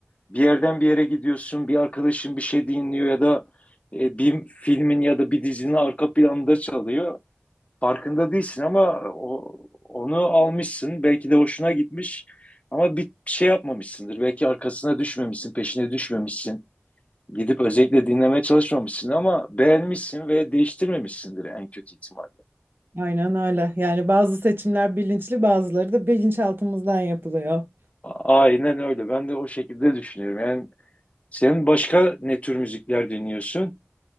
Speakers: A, on the left (about 30°); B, on the right (about 50°).
A: bir yerden bir yere gidiyorsun, bir arkadaşın bir şey dinliyor ya da e, bir filmin ya da bir dizinin arka planında çalıyor. Farkında değilsin ama o, onu almışsın. Belki de hoşuna gitmiş ama bir şey yapmamışsındır. Belki arkasına düşmemişsin, peşine düşmemişsin. Gidip özellikle dinlemeye çalışmamışsın ama beğenmişsin ve değiştirmemişsindir en kötü ihtimalle.
B: Aynen öyle. Yani bazı seçimler bilinçli, bazıları da bilinçaltımızdan yapılıyor.
A: A- Aynen öyle. Ben de o şekilde düşünüyorum. Yani sen başka ne tür müzikler dinliyorsun?